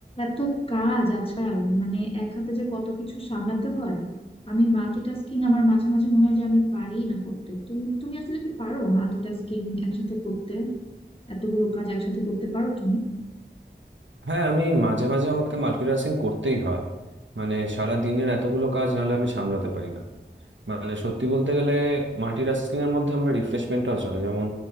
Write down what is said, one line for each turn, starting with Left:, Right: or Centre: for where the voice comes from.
Left: এত কাজ আজকাল মানে এক হাতে যে কত কিছু সামলাতে হয় আমি মাল্টিটাস্কিং আমার মাঝে মাঝে মনে হয় যে আমি পারি না করতে তুমি তুমি আসলে কি পারো মাল্টিটাস্কিং একসাথে করতে এতগুলো কাজ একসাথে করতে পারো তুমি
Right: হ্যাঁ আমি মাঝে মাঝে আমাকে মাল্টিটাস্কিং করতেই হয় মানে সারা দিনের এতগুলো কাজ নাহলে আমি সামলাতে পারি না মানে সত্যি বলতে গেলে মাল্টিটাস্কিং এর মধ্যে আমার রিফ্রেশমেন্টও চলে যেমন